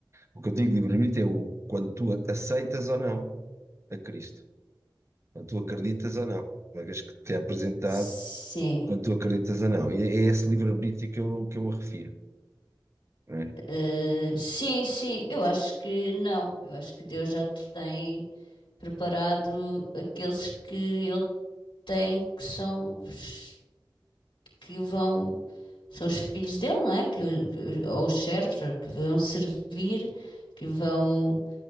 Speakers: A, on the right; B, on the left.
A: o que eu digo de livre-arbítrio é o, quando tu aceitas ou não a Cristo. Quando tu acreditas ou não. Uma vez que te é apresentado,
B: Sim.
A: quando tu acreditas ou não. E é é esse livre-arbítrio que eu, que eu me refiro. não é?
B: Eh, sim, sim, eu acho que não. Eu acho que Deus já tem preparado aqueles que ele tem que são os que vão São os filhos dele, não é? Que, que ou os servos, ou que vão servir, que vão,